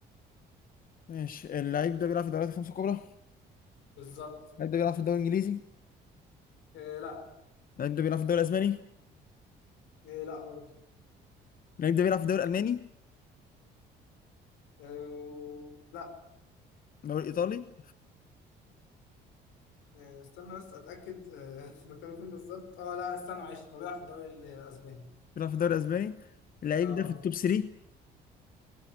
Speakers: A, on the left (about 50°); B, on the left (about 80°).
A: ماشي اللعيب ده بيلعب في الدوريات الخمسة الكبرى
B: بالظبط
A: اللعيب ده بيلعب في الدوري الانجليزي
B: آه لا
A: اللعيب ده بيلعب في الدوري الاسباني
B: آه لا برضه
A: اللعيب ده بيلعب في الدوري الالماني
B: آه لا
A: الدوري الايطالي
B: آه استنى بس اتاكد آه <laughs> مكانه فين بالظبط اه لا استنى معلش هو بيلعب في الدوري الاسباني
A: بيلعب في الدوري الاسباني اللعيب
B: اه
A: ده في التوب 3